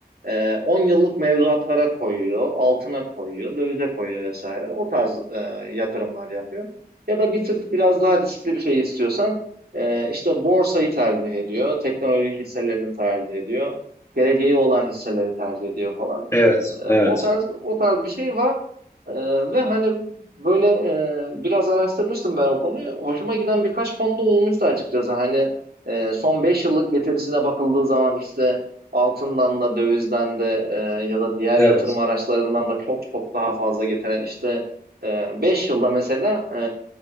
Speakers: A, on the right (about 75°); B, on the left (about 15°).
A: e, 10 yıllık mevduatlara koyuyor, altına koyuyor, dövize koyuyor vesaire o tarz e, yatırımlar yapıyor. Ya da bir tık biraz daha riskli bir şey istiyorsan e, işte borsayı tercih ediyor, teknoloji hisselerini tercih ediyor geleceği olan hisseleri tercih ediyor falan.
B: Evet,
A: Ee, o
B: evet.
A: tarz o tarz bir şey var. Ee, ve hani böyle e, biraz araştırmıştım ben o konuyu. Hoşuma giden birkaç fonda olmuştu açıkçası. Hani e, son 5 yıllık getirisine bakıldığı zaman işte altından da dövizden de e, ya da diğer
B: Evet.
A: yatırım araçlarından da çok çok daha fazla getiren işte 5 yılda mesela e,